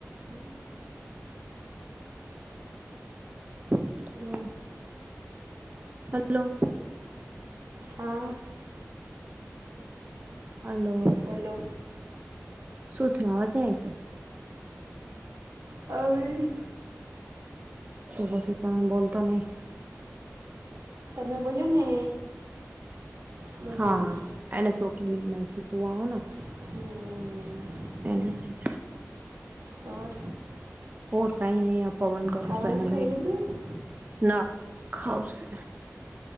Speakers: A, on the right (about 30°); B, on the right (about 80°).
A: હમ. હ. હલો.
B: હા.
A: હલોો.
B: બોલો.
A: સો થથીયો વાવાત છે.
B: અવેરી.
A: તું બસ ત બોતા નહી.
B: તમે બોલ્યો ને. હું
A: હા
B: બોલું
A: એને છોપરીવા ને.
B: હમ.
A: એ લ.
B: ઓર.
A: ર કાઈ નહી પવન કરો
B: ખાવાનું
A: સેટલાઇટ.
B: ખાઈ લીધું
A: ના ખઉશે.